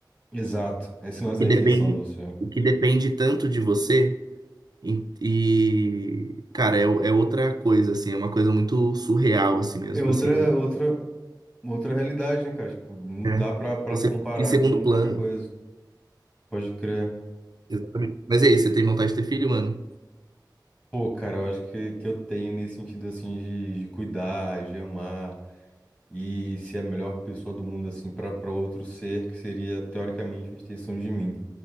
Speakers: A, on the left (about 15°); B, on the right (about 60°).
A: Exato. Esse lance
B: que
A: da
B: depende,
A: instituição de você.
B: o que depende tanto de você, e, e, cara, é, o- é outra coisa, assim, é uma coisa muito surreal, assim mesmo,
A: É
B: tipo
A: outra,
B: assim, o-
A: outra, outra realidade, né, cara? Tipo, não
B: é,
A: dá pra, pra
B: você
A: tu comparar
B: fica em segundo
A: com
B: plano.
A: qualquer coisa. Pode crer.
B: Exatamente. Mas é isso, você tem vontade de ter filho, mano?
A: Pô, cara, eu acho que, que eu tenho nesse sentido, assim, de, de cuidar, de amar e ser a melhor pessoa do mundo, assim, pra, pra outro ser que seria, teoricamente, uma extensão de mim.